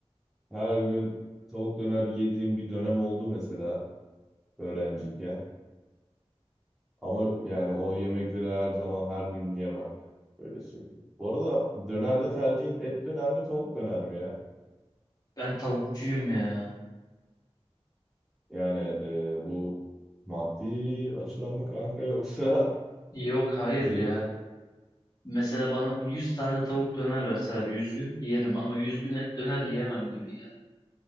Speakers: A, in the centre; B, on the left.
A: her gün tavuk döner yediğim bir dönem oldu mesela öğrenciyken. Ama yani o yemekleri her zaman her gün yiyemem ya. Öyle söyleyeyim. Bu arada dönerde tercihin et döner mi tavuk döner mi ya?
B: Ben tavukçuyum ya.
A: Yani e, bu maddi açıdan mı kanka yoksa <laughs>
B: Yok hayır
A: zevk?
B: ya. Mesela bana 100 tane tavuk döner verseler 100 gün yerim ama 100 gün et döner yiyemem gibi ya.